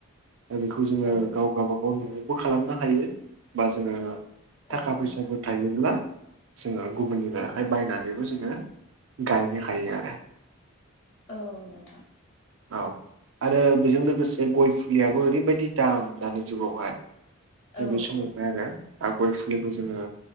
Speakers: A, on the right; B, on the left.
A: दा बेखौ जोङो
B: औ
A: गाव गावबागाव न'आवबो खालामनो हायो बा जोङो
B: औ
A: थाखा
B: नोंथां
A: फैसाबो थायोब्ला। जोङो गुबुननि बेहाय बायनानैबो जोङो गायनो हायो आरो
B: औ नोंथां।
A: औ आरो बेजों लोगोसे गय फुलियाबो ओरैबायदि दाम दानि जुगावहाय।
B: औ
A: नैबे समावहाय
B: औ
A: आरो आ गय फुलिखौ जोङो